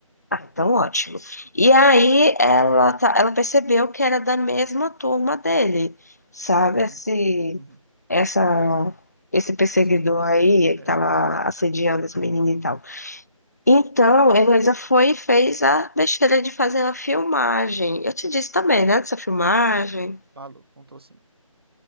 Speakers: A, on the left (about 30°); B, on the right (about 45°).
A: Ah, então ótimo. E aí ela, tá- ela percebeu que era da mesma turma dele, sabe?
B: Uhum.
A: Esse,
B: Uhum.
A: essa, esse perseguidor
B: Esse menino.
A: aí
B: É,
A: que tava
B: esse perseguido.
A: assediando as meninas e tal. Então, a Heloísa foi e fez a besteira de fazer uma filmagem. Eu te disse também, né, dessa filmagem.
B: Falou, contou sim.